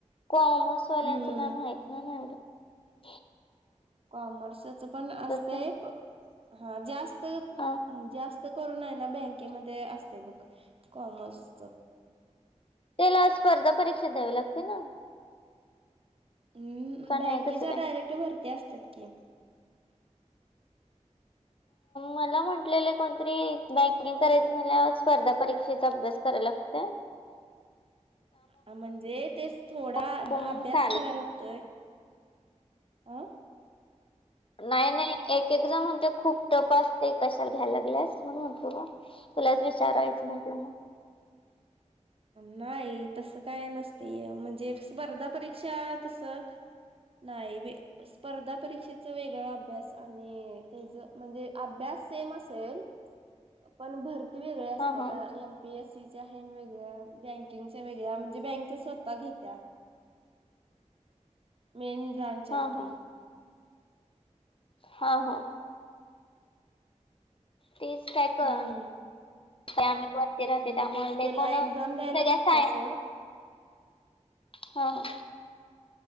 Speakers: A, on the left; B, on the right.
A: कॉमर्स वाल्यांचं
B: हम्म
A: काय माहित नाही नाही एा
B: कॉमर्सच पण असतय
A: होत
B: हा जास्त
A: हा
B: जास्त करून आहे ना बँकेमध्ये असते बघ कॉमर्सच
A: त्याला स्पर्धा परीक्षा द्यावी लागते ना
B: हम्
A: का
B: बँकेच्या
A: नाही तसं काय
B: डायरेक्ट भरती असतात की
A: मला म्हटलेलं कोणतरी बँकिंग करायचं झाल्या स्पर्धा परीक्षेचा अभ्यास करायला लागत का
B: म्हणजे तेच थोडा
A: नको
B: अभ्यास
A: म्हणून चाल
B: कराय लागतोय अ
A: नाही नाही एक एकदाा म्हणते खूप टप असते कशाला घ्यायला लागल्यास म्हण म्हणतो बा तुलाच विचारायचं म्हटलं मग
B: नाही तसं काय नसतय हे म्हणजे स्पर्धा परीक्षा तस नाही बी स्पर्धा परीक्षेचा वेगळा अभ्यास आणि त्याच म्हणजे अभ्यास सेम असेल पण भरती वेगळ्या असत्या
A: हा हा
B: का एमपीएससीच्या वेगळ्या बँकिंगच्या वेगळ्या म्हणजे बँक स्वतः घेत्या मेन ब्रांच आहेत
A: हा हा
B: ते
A: हा हा तेच काय कळना
B: हम्म.
A: <inaudible> राहते
B: म्हणजे
A: त्यामुळे
B: तेच
A: लय
B: त्याला
A: कोण
B: एक्झाम
A: सगळ्या
B: द्यायला लागत्या
A: सायन
B: सोड.
A: हा ह